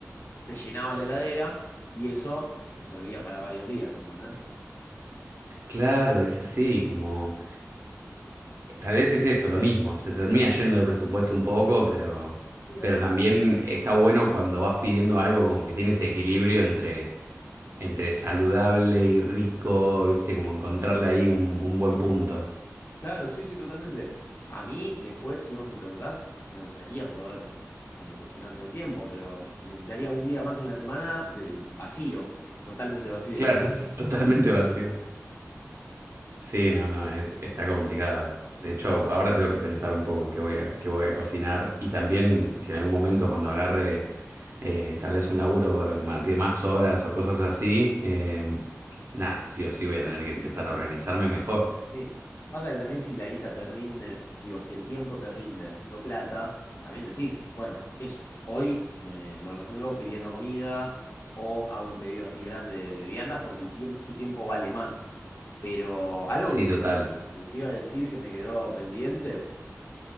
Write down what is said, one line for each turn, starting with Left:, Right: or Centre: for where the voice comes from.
Left: te llenabas la heladera y eso te servía para varios días, ¿entendés?
Right: claro, es así, como tal vez es eso, lo mismo, se termina yendo de presupuesto un poco, pero
Left: Sí, ahora.
Right: pero también está bueno cuando vas pidiendo algo como que tiene ese equilibrio entre entre saludable y rico, ¿viste? Como encontrarle ahí un, un buen punto.
Left: Claro, sí, sí, totalmente. A mí, después, si vos me preguntás, me gustaría poder eh, cocinar todo el tiempo, pero necesitaría un día más en la semana de vacío, totalmente vacío.
Right: Claro, <laughs> totalmente vacío. Sí, no, no, es, está complicado. De hecho, ahora tengo que pensar un poco qué voy a, qué voy a cocinar y también si en algún momento cuando agarre eh, tal vez un laburo eh, ma- de más horas o cosas así, eh, nada, sí o sí voy a tener que empezar a organizarme mejor.
Left: Sí. Pasa que también si la guita te rinde, digo, si el tiempo te rinde haciendo plata, también decís, bueno, eso, hoy me lo resuelvo pidiendo comida o hago un pedido así grande de, de viandas porque el tiempo, tu tiempo vale más. Pero algo
Right: Sí,
Left: que
Right: total.
Left: te te iba a decir que me quedó pendiente